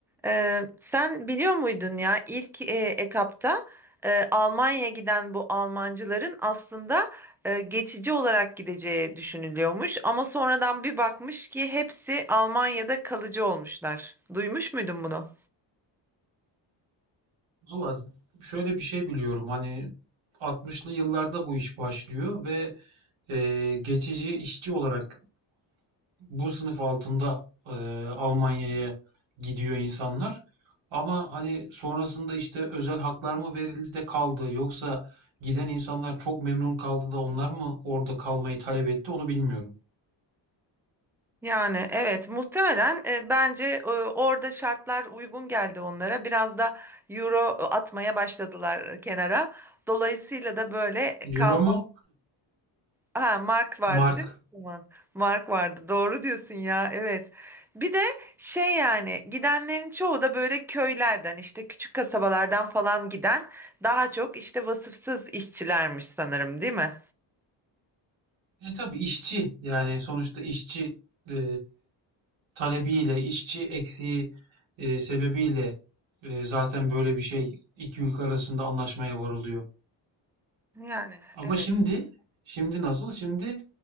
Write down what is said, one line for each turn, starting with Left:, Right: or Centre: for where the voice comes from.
Centre: Ee, sen biliyor muydun ya ilk e, etapta e, Almanya'ya giden bu Almancıların aslında e, geçici olarak gideceği düşünülüyormuş ama sonradan bir bakmış ki hepsi Almanya'da kalıcı olmuşlar. Duymuş muydun bunu?
Right: Valla şöyle bir şey biliyorum hani 60'lı yıllarda bu iş başlıyor ve e, geçici işçi olarak bu sınıf altında e, Almanya'ya gidiyor insanlar. Ama hani sonrasında işte özel haklar mı verildi de kaldı yoksa giden insanlar çok memnun kaldı da onlar mı orada kalmayı talep etti onu bilmiyorum.
Centre: Yani evet muhtemelen e, bence e, orada şartlar uygun geldi onlara. Biraz da euro atmaya başladılar kenara. Dolayısıyla da böyle
Right: Euro
Centre: kalma
Right: mu?
Centre: Ha, Mark vardı
Right: Mark
Centre: değil mi? o zaman? Mark vardı. Doğru diyorsun ya. Evet. Bir de şey yani gidenlerin çoğu da böyle köylerden işte küçük kasabalardan falan giden daha çok işte vasıfsız işçilermiş sanırım değil mi?
Right: E tabii işçi yani sonuçta işçi e, talebiyle, işçi eksiği e, sebebiyle e, zaten böyle bir şey iki ülke arasında anlaşmaya varılıyor.
Centre: Yani
Right: Ama
Centre: evet.
Right: şimdi, şimdi nasıl? Şimdi